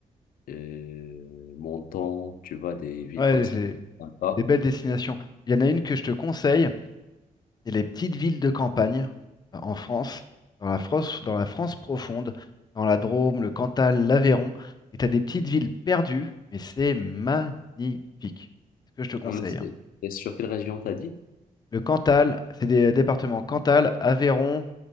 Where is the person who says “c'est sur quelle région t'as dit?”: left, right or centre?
Left